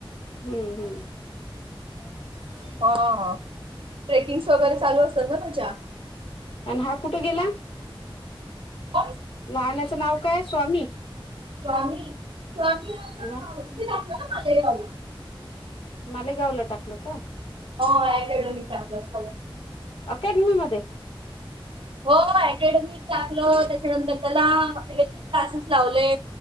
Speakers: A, on the left; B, on the right.
A: हम्म हम्म. <unintelligible>
B: ह ह ट्रेकिंग्स वगैरे चालू असतात ना त्याच्या.
A: आणि हा कुठं गेला?
B: कोण?
A: लहान्याचं नाव काय स्वामि.
B: स्वामी स्वामी इथं
A: अ
B: इथे राहतो ना मलेगावला.
A: मालेगावला टाकलं का?
B: हो आय हायड्रोलिक टाकलं. त्याला.
A: अकॅडमी मध्ये.
B: हो अकॅडमिक टाकलं, त्याच्यानंतर त्याला हेचे क्लासेस लावले.